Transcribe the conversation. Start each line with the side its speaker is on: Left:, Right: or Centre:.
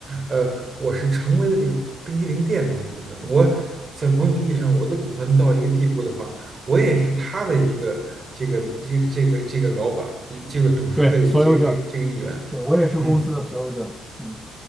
Right: 呃，我是成为了这个冰激凌店的一部分。我在某种意义上，我的股份到一个地步的话，我也是他的一个这个这个这个这个老板，这个董事会的这个这个这个议员。
Centre: 对，所有者，对，我也是公司的所有者，
Right: 嗯，
Centre: 嗯，